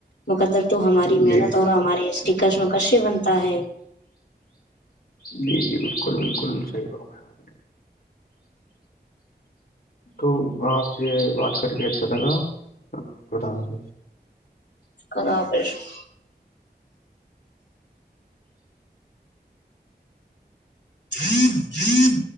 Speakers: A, on the left; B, on the left.
A: مقدر تو ہماری
B: جی
A: محنت اور ہمارے اسٹیکرس مکر سے بنتا ہے
B: جی جی بالکل بالکل صحیح کروں گ میں آپ تو آپ سے بات کر کے اچھا لگاؤ
A: کف <unintelligible> جھید جھید